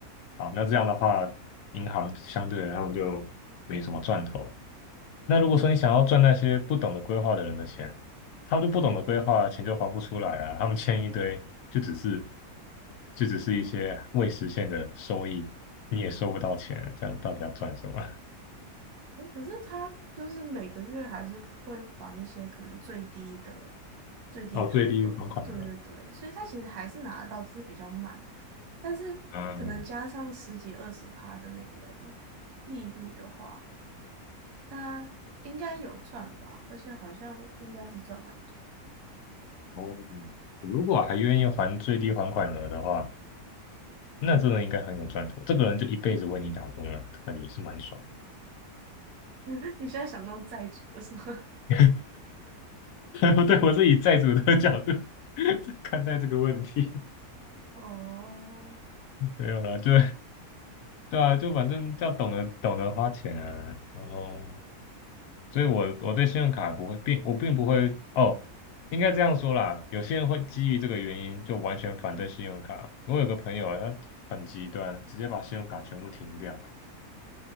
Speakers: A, on the left; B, on the right.
A: 好，那这样的话，银行相对来他们就没什么赚头。那如果说你想要赚那些不懂得规划的人的钱，他们就不懂得规划，钱就还不出来啊。他们欠一堆，就只是就只是一些未实现的收益，你也收不到钱，这样到底要赚什么？
B: 嗯可是他就是每个月还是会还一些可能最低的、
A: <laughs>
B: 最低的额度，
A: 哦，最低还款额，
B: 对对对，所以他其实还是拿得到，只是比较慢，但是可能加上十几二十趴的那个
A: 嗯，
B: 利率的话，他应该有赚吧，而且好像应该是赚蛮多。
A: 哦，如果还愿意还最低还款额的话，那真的应该很有赚头。这个人就一辈子为你打工了，感觉也是蛮爽的。
B: <laughs> 你现在想当债主是吗？
A: <laughs> 不对，我是以债主的角度 <laughs> 看待这个问题，
B: <laughs> 哦，
A: 没有啦，就对啊，就反正要懂得懂得花钱啊，然后，所以我我对信用卡不会并我并不会哦，应该这样说啦，有些人会基于这个原因就完全反对信用卡。我有个朋友啊，他很极端，直接把信用卡全部停掉，